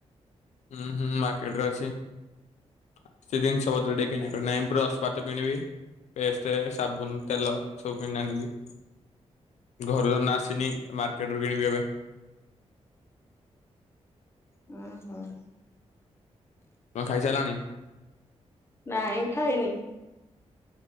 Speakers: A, on the left (about 80°); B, on the left (about 20°).
A: ହୁଁ- ହୁଁ ମାର୍କେଟ ରେ ଅଛି କିଛି ଜିନିଷ ପତ୍ର ଟିକେ କିଣାକିଣି ନାଇ ବ୍ରଶ ପାତ କିଣିବି ପେଷ୍ଟ, ସାବୁନ, ତେଲ ସବୁ କିଣି ଆନିବି। ଘରୁ ଧର ଆସିନି ମାର୍କେଟରୁ କିଣିବି ଏବେ।
B: ହଁ- ହଁ।
A: ଖାଇ ସାଲଣି?
B: ନାଇଁ ଖାଇନି।